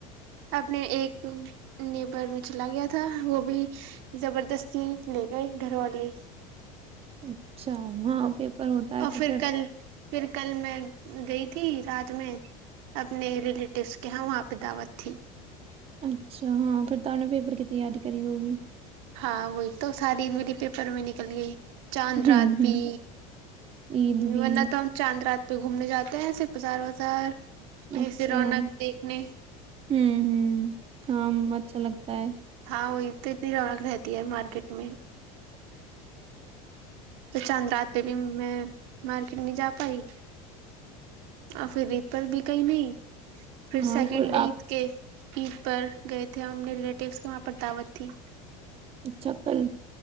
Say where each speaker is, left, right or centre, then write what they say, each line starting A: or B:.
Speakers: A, on the right; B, on the right.
A: اپنے ایک نیبر میں چلا گیا تھا وہ بھی زبردستی لے گئے گھر والے
B: اچھا ہاں پ پر ہوتا ہے
A: اور
B: تو پھر
A: کل پھر کل میں گئی تھی رات میں اپنے ریلیٹیوس کے یہاں وہاں پہ دعوت تھی
B: اچھا ہاں پھر تو ان نے پیپر کی تیاری کری ہوگی
A: ہاں وہی تو ساری میرے پیپر میں نکل گئی چاند
B: ہوں
A: رات
B: ہوں
A: بھی
B: عید بھی
A: ورنہ تو ہم چاند رات پ گھومنے جاتے ہیںسےف بزار وازار ایسے
B: اچھا
A: رونق
B: ہوں
A: دیکھنے
B: ہوں ہاں اچھا لگتا ت <inaudible>
A: ہ وہی تو اتنی رونق رہتی ہے مارکیٹ میں تو چاند راتتے بھی میں مارکیٹ نہیں جا پائی اور پھر عید پر بھی کہئی نہیں پھر
B: ہاں
A: سیکنڈ ڈے
B: آپ
A: اید کے عید پر گئے تھے اور ہمنے ریلیٹیوس کے وہاں پر دعوت تھی
B: اچھا کل